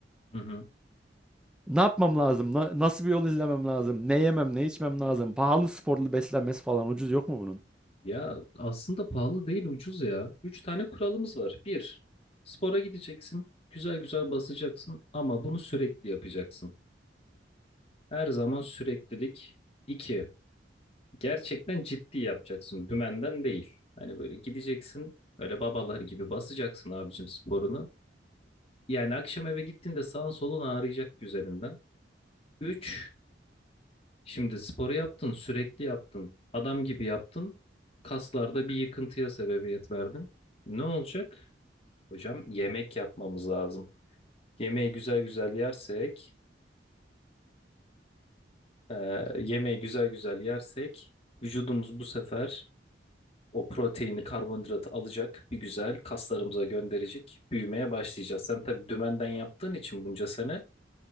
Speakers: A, on the left (about 35°); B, in the centre.
A: Hı hı.
B: Ne yapmam lazım? Na- nasıl bir yol izlemem lazım? Ne yemem, ne içmem lazım? Pahalı sporlu beslenmesi falan ucuz yok mu bunun?
A: Ya aslında pahalı değil ucuz ya. Üç tane kuralımız var. Bir, spora gideceksin. Güzel güzel basacaksın ama bunu sürekli yapacaksın. Her zaman süreklilik. İki, Gerçekten ciddi yapacaksın. Dümenden değil. Hani böyle gideceksin. Öyle babalar gibi basacaksın abicim sporunu. Yani akşam eve gittiğinde sağın solun ağrıyacak üzerinden. 3, Şimdi sporu yaptın, sürekli yaptın. Adam gibi yaptın. Kaslarda bir yıkıntıya sebebiyet verdin. Ne olacak? Hocam yemek yapmamız lazım. Yemeği güzel güzel yersek, e, yemeği güzel güzel yersek vücudumuz bu sefer O proteini, karbonhidratı alacak, bir güzel kaslarımıza gönderecek, büyümeye başlayacağız. Sen tabii dümenden yaptığın için bunca sene